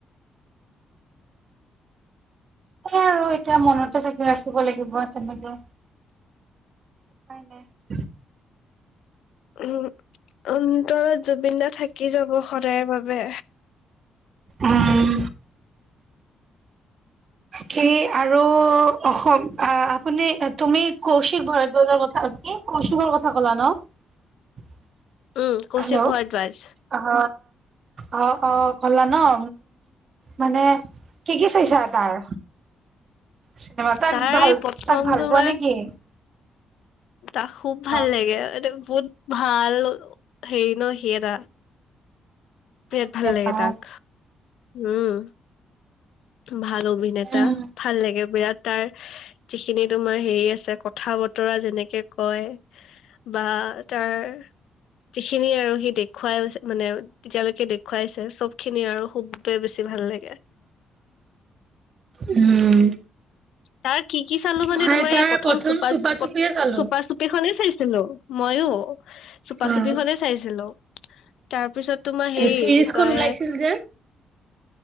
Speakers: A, on the right; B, on the left.
A: <unintelligible> সেইয়াই আৰু এতিয়া মনতে ঢাকি ৰাখিব লাগিব তেনেকে। উপাই নাই।
B: উম, অন্তৰত জুবিন দা থাকি যাব সদায় বাবে।
A: উম। কি আৰু অসম আপুনি তুমি কৌশিক ভাৰদ্বাজৰ কথা। কি কৌশিক ৰ কথা ক'লা নহ।
B: উম, কৌশিক
A: হেল্ল'
B: ভৰদ্বাজ
A: অহ অ, অ, গলা নহ মানে। কি কি চাইছা তাৰ? চিনেমা তাক
B: তাৰ
A: ভাল
B: এই প্ৰথম
A: তাক ভাল
B: তোমাৰ
A: পোৱা নেকি?
B: তাক খুব
A: অ'
B: ভাল লাগে একদম। বহুত ভাল হেৰি ন সি এটা। বিৰাট
A: অভিনেতা
B: ভাল লাগে তাক
A: অ'
B: উম। ভাল অভিনেতা।
A: উম
B: ভাল লাগে বিৰাট তাৰ যিখিনি তোমাৰ হেৰি আছে কথা বতৰা যেনেকে কয় বা তাৰ যিখিনি আৰু সি দেখুৱাই মানে তেতিয়ালৈকে দেখুৱাইছে চব খিনি আৰু খুবেই বেছি। ভাল লাগে।
A: উম।
B: তাৰ কি কি চালো মানে
A: মই
B: তোমাৰ
A: তাৰ
B: এই প্ৰথম চোপাৰ
A: চুপা চুপিয়ে চালো
B: চুপা, চুপি খনেই চাইছিলো। মইও চুপা
A: অ'
B: চুপি খনে চাইছিলো। তাৰ তাৰপিছত তোমাৰ হেৰি
A: চিৰিজ
B: কি
A: খন
B: কয়।
A: ওলাইছিল যে